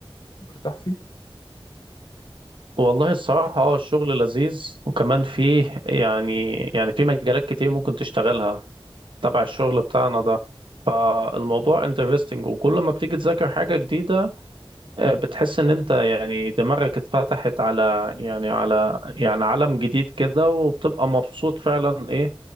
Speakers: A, on the left; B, on the right.
A: ومرتاح فيه
B: والله الصراحة اه الشغل لذيذ وكمان فيه يعني يعني في مجالات كتير ممكن تشتغلها تبع الشغل
A: مم.
B: بتاعنا ده فالموضوع انترستنج وكل ما بتيجي تذاكر حاجة جديدة آه، بتحس ان انت يعني دماغك اتفتحت على يعني على يعني عالم جديد كده وبتبقى مبسوط فعلا ايه